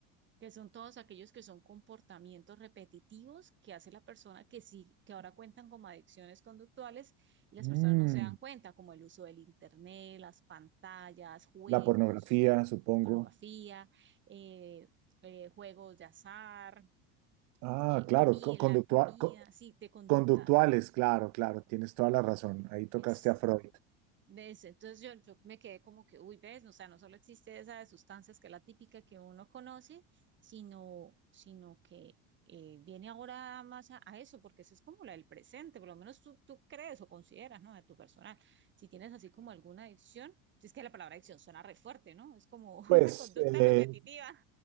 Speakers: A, on the right; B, on the right.
A: que son todos aquellos que son comportamientos repetitivos que hace la persona que sí, que ahora cuentan como adicciones conductuales y las
B: Mm,
A: personas no se dan cuenta, como el uso del internet, las pantallas, juegos,
B: la pornografía, supongo.
A: pornografía, eh, eh, juegos de azar,
B: Ah,
A: eh, comida,
B: claro, co- conductua-
A: la comida,
B: co-
A: sí, de conductas.
B: conductuales, claro, claro, tienes toda la razón. Ahí tocaste
A: Es
B: a Freud.
A: ¿Ves? Entonces yo, yo me quedé como que, uy, ves, o sea, no solo existe esa de sustancias que es la típica que uno conoce, sino, sino que eh, viene ahora más a, a eso, porque eso es como la del presente, por lo menos tú, tú crees o consideras, ¿no? De tu personal. Si tienes así como alguna adicción, si es que la palabra adicción suena re fuerte, ¿no? Es como <laughs>
B: Pues,
A: una conducta
B: eh,
A: repetitiva.